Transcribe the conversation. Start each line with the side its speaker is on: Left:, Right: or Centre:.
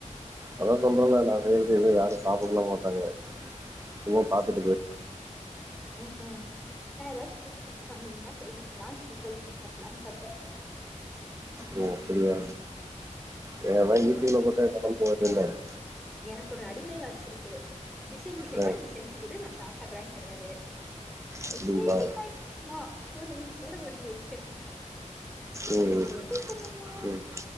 Right: அதான் சொல்றேன்ல நான் செய்யற இது யாரும் சாப்பிடலாம் மாட்டாங்க சும்மா பாத்துட்டுக்கு போயி
Centre: க்ஹூம் நான் ஏதாச்சும் புது டிஷ் சொன்னீங்கன்னா தெரிஞ்சுக்கலாம் கத்துகலாம்னு பாத்தேன்
Right: ஓ! அப்படியா ஏ <unintelligible>
Centre: எனக்கு
Right: யுடியூப்ல
Centre: ஒரு
Right: போட்டா என்னா மாதிரி
Centre: இருக்காரு
Right: <unintelligible>
Centre: எனக்கு ஒரு அடிமை வச்சிருக்காரு டிசைன்டிசைன்னா
Right: ஆ
Centre: நீ செஞ்சு குடு ந சாப்படறங்கறாரு
Right: அப்படிங்களா?
Centre: சரிக்கை ஒரு <unintelligible> கூட ஒரு என் க
Right: ம்,
Centre: வச்சிருக்க எப்படி பண்ணுவோ
Right: ம், ம்,